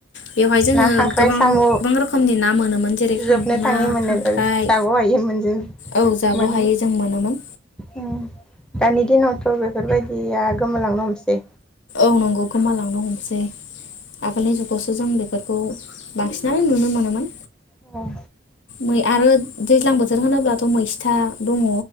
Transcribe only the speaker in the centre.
ना खांख्राइ
साम'
जोबनो
थाङि मोनो
जाग'हायि मोनजों
मोनोमोन
उम दानि दिनावथ बेफोरबायदिया गोमालांनो हमसै
औ